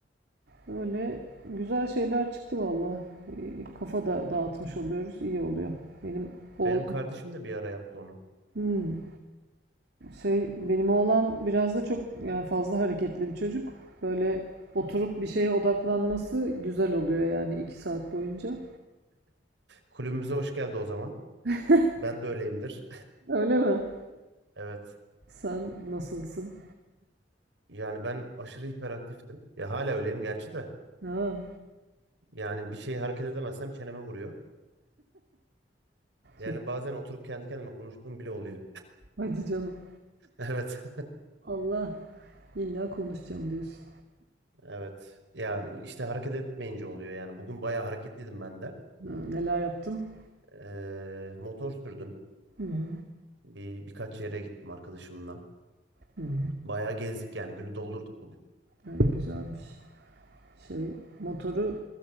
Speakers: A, on the right; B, on the right.
A: Öyle güzel şeyler çıktı valla. E, Kafa da dağıtmış oluyoruz iyi oluyor. Benim oğlan
B: Benim kardeşim de bir ara yaptı onu.
A: Hmm. Şey benim oğlan biraz da çok yani fazla hareketli bir çocuk. Böyle oturup bir şeye odaklanması güzel oluyor yani iki saat boyunca.
B: Kulübümüze hoş geldi o zaman.
A: <laughs>
B: Ben de öyleyimdir.
A: Öyle mi?
B: <laughs> Evet.
A: Sen nasılsın?
B: Yani ben aşırı hiperaktiftim. Ya hala öyleyim gerçi de.
A: Ha,
B: Yani bir şey hareket edemezsem çeneme vuruyor. Yani
A: çok-
B: bazen oturup kendi kendime konuştuğum bile oluyor.
A: hadi canım.
B: <laughs> Evet.
A: Allah illa konuşacağım diyorsun.
B: <laughs> Evet. Ya işte hareket etmeyince oluyor yani. Bugün bayağı hareketliydim ben de.
A: Ha, neler yaptın?
B: Ee, motor sürdüm.
A: Hı hı.
B: Bir, birkaç yere gittim arkadaşımla.
A: Hı hı.
B: Bayağı gezdik yani günü doldurduk bugün.
A: Ha, güzelmiş. Şey motoru